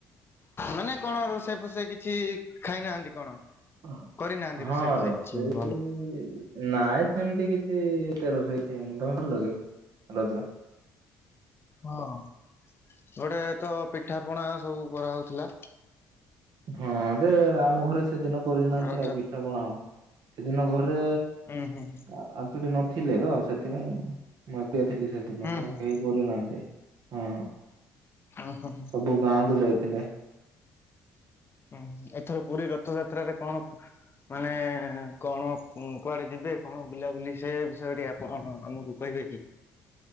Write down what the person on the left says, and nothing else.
ମାନେ କଣ ରୋଷେଇ ଫୋସେଇ କିଛି ଖାଇନାହାନ୍ତି କଣ?
କରିନାହାନ୍ତି
ରୋଷେଇ ଫୋଷେଇ
କିଛି ଭଲ।
ହଁ ଗୋଟେ ତ ପିଠା ପଣା ସବୁ କରାହଉଥୁଲା।
ରଜ
ହୁଁ ହୁଁ
ହୁଁ ହୁଁ
ହୁଁ।
ହୁଁ ହୁଁ।
ହୁଁ ଏଥର ପୁରୀ ରଥଯାତ୍ରାରେ କଣ ମାନେ କଣ କୁ କୁଆଡ଼େ ଯିବେ କଣ ବୁଲାବୁଲି ସେ ବିଷୟରେ ଟିଏ ଆପ ଆମୁକୁ କହି ବେଗି